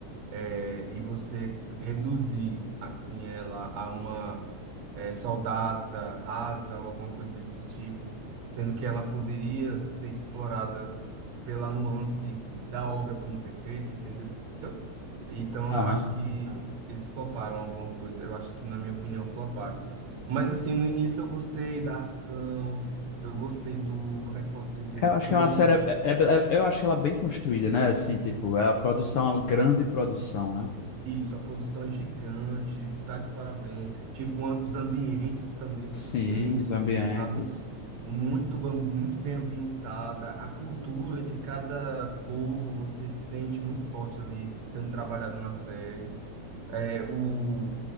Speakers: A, on the right; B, on the left.
A: É, e você reduzir assim ela a uma é, soldada rasa ou alguma coisa desse tipo, sendo que ela poderia ser explorada pela nuance da obra como foi feita, entendeu? Então
B: Aham.
A: eu acho que eles floparam alguma coisa. Eu acho que, na minha opinião, floparam. Mas assim, no início eu gostei da ação, eu gostei do, como é que eu posso dizer?
B: Eu acho
A: Do
B: que é uma
A: am-
B: série. é- é- é- eu acho ela bem construída, né? Assim, tipo, é a produção, a grande produção, né?
A: isso, a produção é gigante, tá de parabéns. Tipo, a- os ambientes também
B: Sim,
A: você sente
B: os
A: assim,
B: ambientes.
A: sabe? Muito, bam- muito bem ambientada, a cultura de cada povo você sente muito forte ali sendo trabalhada na série. É, o